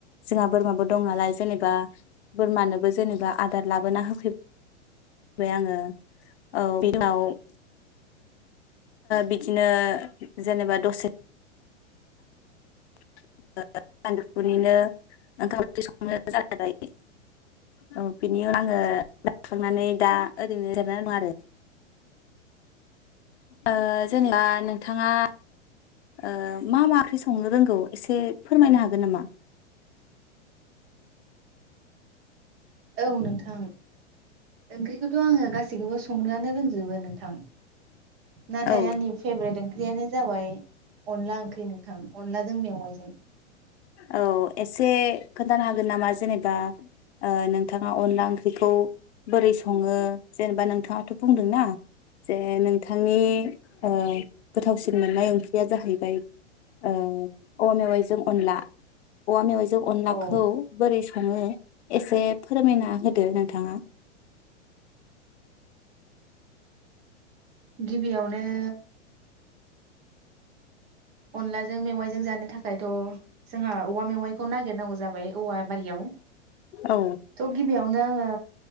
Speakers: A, on the left; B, on the right.
A: जोंहा बोरमाबो दं नालाय जेनेबा बोरमानोबो जेनेबा आदार लाबोना होफै बाय आङो औ बिनि उनाव ओ बिदिनो जेनेबा दसे <inaudible> सान्दु फुनिनो ओंखाम ओंख्रि संनो जालायबाय औ बिनि उनाव आङो जाखांनानै दा ओरैनो जिरना दं आरो ओ जेनेबा नोंथाङा ओ मा मा ओंख्रि सं संनो रोंगौ एसे फोरमायनो हागोन नामा?
B: औ नोंथां ओंख्रिखौथ' आङो गासैखौबो संनोआनो रोंजोबो नोंथां नाथाय
A: औ
B: आंनि फेभ्रेट ओंख्रियानो जाबाय अनला ओंख्रि नोंथां अनलाजों मेवाइजों।
A: औ अ एसे खोन्थानो हागोन नामा जेनेबा ओ नोंथाङा अनला ओंख्रिखौ बोरै सङो जेनेबा नोंथाङाथ' बुंदोंना जे नोंथांनि ओ गोथावसिन मोननाय ओंख्रिया जाहैबाय ओ औवा मेवाइजों अनला अवा मेवाइ जों अनलाखौ
B: औ
A: बोरै सङो एसे फोरमायना होदो नोंथाङा‌। <inaudible>
B: गिबियावनो अनलाजों मेवाइजों जानो थाखायथ' जोंहा औवा मेवाइखौ नागिरनांगौ जाबाय औवा बारियाव
A: औ
B: थ' गिबियावनो आङो